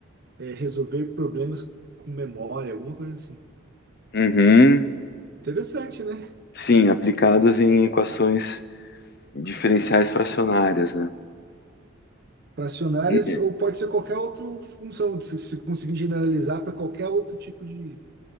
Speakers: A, on the right; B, on the left.
A: é, resolver problemas com memória, alguma coisa assim.
B: Uhum.
A: Interessante, né?
B: Sim, aplicados em equações diferenciais fracionárias, né?
A: Fracionárias,
B: E-
A: ou pode ser qualquer outra função, se, se conseguir generalizar para qualquer outro tipo de,